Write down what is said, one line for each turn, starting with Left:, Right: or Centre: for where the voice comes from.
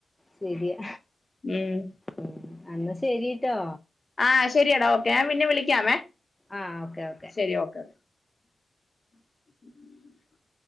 Centre: ശരിയാ
Left: ഉം
Centre: ഉ അന്നാ ശെരിട്ടോ
Left: ആഹ ശെരിയടാ ഓക്കെ ഞാൻ പിന്നെ വിളിക്കാമേ
Centre: ആഹ് ഓക്കെ ഓക്കെ
Left: ശെരി ഓക്കെ <inaudible>